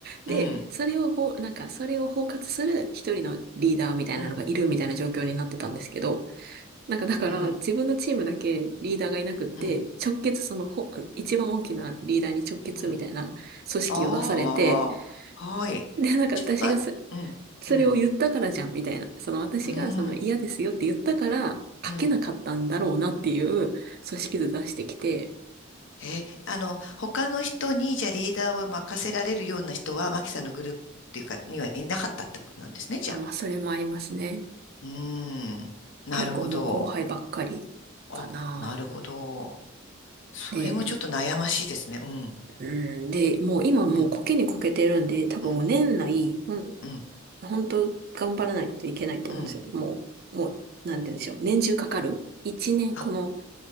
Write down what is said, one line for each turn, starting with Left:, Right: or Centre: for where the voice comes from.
Right: で、
Left: うん。
Right: それをほう、なんかそれを包括する一人のリーダーみたいなのがいるみたいな状況になってたんですけど、
Left: うん。
Right: なんかだから自分のチームだけリーダーがいなくって、
Left: うん。うん。
Right: 直結そのほ、一番大きなリーダーに直結みたいな組織を出されて、
Left: うん。ああ、はい。
Right: で、なんか私がそ、
Left: じゃ、ま、うん。
Right: それを言ったからじゃんみたいな、
Left: うん。
Right: その私がその嫌ですよって言ったから書けなかったんだろうなっていう組織図出してきて、
Left: うん。うん。えー、あの、他の人に、じゃあリーダーを任せられるような人は、マキさんのグループっていうか、にはいなかったってことなんですね、じゃあ。
Right: あ、まあそれもありますね。
Left: うーん。なるほど。
Right: 結構もう後輩ばっかり
Left: あ、
Right: かな。
Left: なるほど。それもちょっと悩ましいですね。
Right: で、
Left: うん。
Right: うん、で、もう今もうこけにこけてるんで、
Left: うん。
Right: 多分年内、
Left: うん。
Right: ほん
Left: うん。
Right: 本当頑張らないといけないと思うんですよ。
Left: うん。
Right: もう、もう、なんて言うんでしょう。年中かかる。一年、
Left: あ、
Right: この、